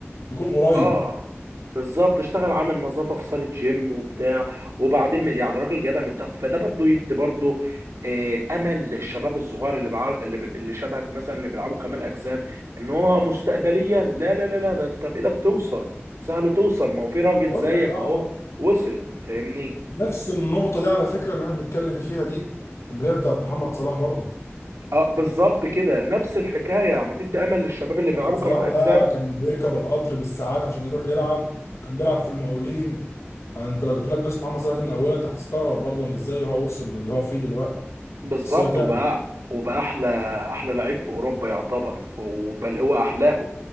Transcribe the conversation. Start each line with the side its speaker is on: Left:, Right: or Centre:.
Left: تكون قريب
Right: اه بالظبط اشتغل عامل نظافه في صاله جيم وبتاع وبعدين من- يعني راجل جابها من تحت فده برضو يدي برضو آه، امل للشباب الصغير اللي بع... اللي, ب... اللي شبهك مثلا اللي بيلعبوا كمال اجسام ان هو مستقبليا لا لا لا لا ده انت بايدك توصل سهل توصل ما هو في راجل
Left: بقول
Right: زيك
Left: لك اه
Right: اهو
Left: اه
Right: وصل فاهمني
Left: نفس النقطه دي على فكره اللي احنا بنتكلم فيها دي اللي هي بتاعت محمد صلاح برضه
Right: اه بالظبط كده نفس الحكايه يعني تدي امل للشباب اللي بيلعبوا
Left: محمد صلاح
Right: كمال اجسام
Left: ده كان بيركب القطر بالساعات عشان يروح يلعب كان بيلعب في المقاولين يعني انت لو جبت لك قسم عام مصلحه دي من اولها انت هتستغرب برضه ازاي هو وصل للي هو فيه دلوقتي
Right: بالظبط
Left: بس هو تعب
Right: وبقى وبقى احلى احلى لعيب في اوروبا يعتبر وبل هو احلاهم